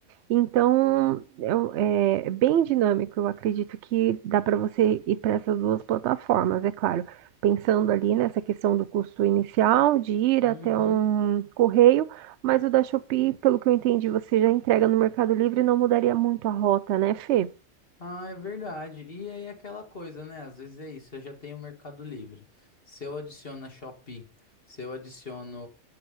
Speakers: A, on the right (about 65°); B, on the left (about 45°).
A: Então, eu- é bem dinâmico. Eu acredito que dá para você ir para essas duas plataformas, é claro. Pensando ali nessa questão do custo inicial, de ir
B: Uhum.
A: até um correio, mas o da Shopee, pelo que eu entendi, você já entrega no Mercado Livre, não mudaria muito a rota, né, Fê?
B: Ah, é verdade. E aí aquela coisa, né? Às vezes é isso, eu já tenho o Mercado Livre. Se eu adiciono a Shopee, se eu adiciono